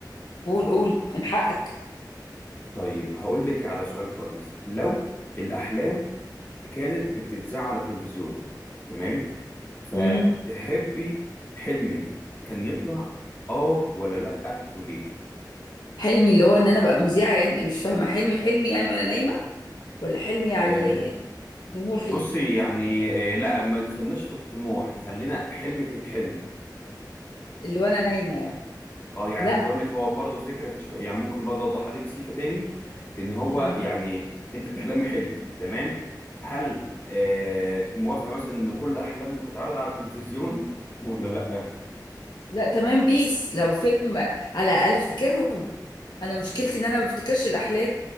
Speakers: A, on the left; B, on the left.
A: قول قول من حقك
B: طيب هقول لك على سؤال كويس لو الأحلام كانت بتتذاع على التلفزيون تمام فتحبي
A: مم.
B: حلمك كان يطلع اه ولا لأ وليه
A: حلمي اللي هو ان انا ابقى مذيعه يعني مش فاهمه حلمي حلمي يعني وانا نايمه ولا حلمي يعني
B: آه
A: طموحي
B: بصي يعني آه لا ما تخلناش في الطموح خلينا حلمك الحلم
A: اللي وانا نايمه يعني
B: اه يعني
A: لا
B: عايز اقول لك هو برضه فكره شو يعني ممكن برضه اوضحها لك سيكه تاني ان هو
A: مم.
B: يعني انت بتحلمي حلم تمام هل آه موافقه مثلا ان كل احلامك تتعرض على التلفزيون <laughs> ولا لا
A: لا تمام بيس لو فيلم على الاقل افتكرهم انا مشكلتي ان انا ما بفتكرش الاحلام